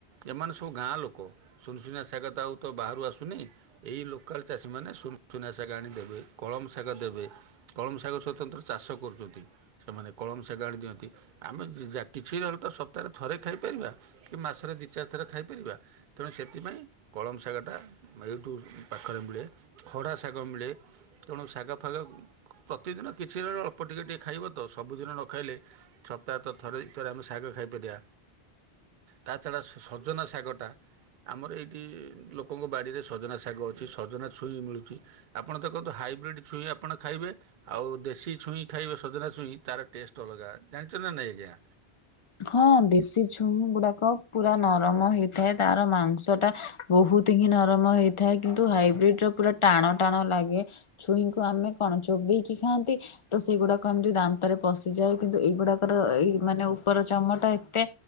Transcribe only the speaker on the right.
ଏମାନେ ସବୁ ଗାଁ ଲୋକ। ସୁନସୁନିଆ ସାଗ ତ ଆଉ ତ ବାହାରୁ ଆସୁନି। ଏଇ ଲୋକାଲ ଚାଷୀମାନେ ସୁନସୁନିଆ ଶାଗ ଆଣିଦେବେ। କଳମ ଶାଗ ଦେବେ। କଳମ ସାଗ ସ୍ୱତନ୍ତ୍ର ଚାଷ କରୁ ଛନ୍ତି ସେମାନେ କଳମ ସାଗ ଆଣି ଦିଅନ୍ତି। ଆମେ ଯିଜା କିଛି ରହୁ ତ ସପ୍ତାହରେ ଥରେ ଖାଇପାରିବା। କି ମାସରେ ଦି ଚାରି ଥର ଖାଇପାରିବା। ତେଣୁ ସେଥିପାଇଁ କଳମ ଶାଗଟା ଏଇଠୁ ପାଖରେ ମିଳେ। ଖଡା ଶାଗ ମିଳେ। ତେଣୁ ଶାଗ ଫାଗ ପ୍ରତିଦିନ କିଛି ଅ ଏପଟ ଟିକେ ଟିକେ ଖାଇବ ତ। ସବୁଦିନ ନ ଖାଇଲେ ସପ୍ତାହତ ଥରେ ଦି ଥରେ ଆମେ ଶାଗ ଖାଇପାରିବା। ତା ଛଡା ସ-ସ-ସଜନା ଶାଗଟା ଆମର ଏଠି ଲୋକ୍ କଙ୍କ ବାଡିରେ ସଜନା ଶାଗ ଅଛି। ସଜନା ଛୁଇଁ ମିଳୁଛି। ଆପଣ ଦେଖନ୍ତୁ ହାଇବ୍ରିଡ୍ ଛୁଇଁ ଆପଣ ଖାଇବେ। ଆଉ ଦେଶୀ ଛୁଇଁ ଖାଇବ ସଜନା ଛୁଇଁ ତାର ଟେଷ୍ଟ୍ ଅଲଗା। ଜାଣିଛନ୍ତି ନା ନାଇଁ ଆଜ୍ଞା?